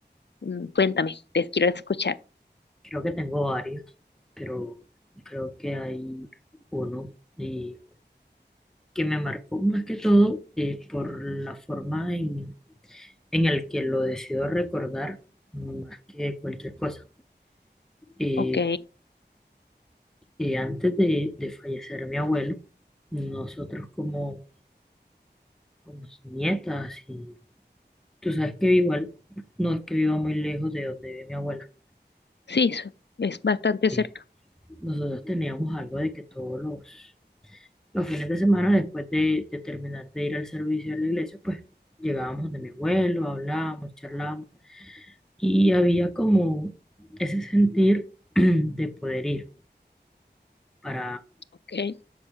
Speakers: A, on the left; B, in the centre.
A: Mm, Cuéntame, te quiero escuchar.
B: Creo que tengo varios, pero creo que hay uno y que me marcó más que todo eh, por la forma en, en el que lo decido recordar más que cualquier cosa. eh,
A: Ok,
B: eh, antes de, de fallecer mi abuelo, nosotros como, como sus nietas y tú sabes que igual no es que viva muy lejos de donde vive mi abuela.
A: sí, su- es bastante cerca.
B: eh, nosotros teníamos algo de que todos los, los fines de semana después de, de terminar de ir al servicio de la iglesia, pues llegábamos de mi abuelo, hablábamos, charlábamos y había como ese sentir <clears throat> de poder ir para
A: Ok,